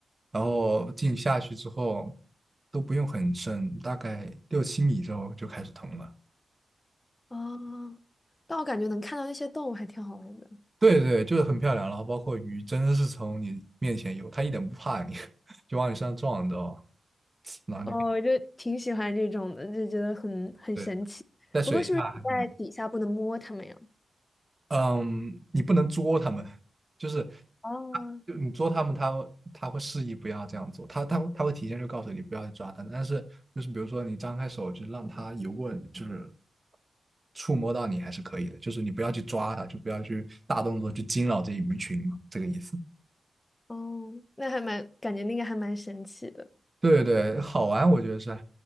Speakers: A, on the right (about 30°); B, on the left (about 25°).
A: 然后进下去之后都不用很深，大概六七米之后就开始疼了。
B: 啊，但我感觉能看到那些动物还挺好玩的。
A: 对对，就是很漂亮，然后包括鱼真的是从你面前游，它一点不怕你，<laughs> 就往你身上撞，你知道吗？然后就
B: 哦，我就挺喜欢这种的，就觉得很很神奇。
A: 对，在水下，
B: 在底下不能摸他们呀。
A: 嗯，你不能捉它们，就是
B: 啊，
A: 就你捉它们，它会它会示意不要这样做，它它会它会提前就告诉你不要去抓它，但是就是比如说你张开手就让它游过，就是触摸到你还是可以的，就是你不要去抓它，就不要去大动作去惊扰这一鱼群嘛，这个意思。
B: 哦，那还蛮，感觉那个还蛮神奇的。
A: 对对，好玩，我觉得是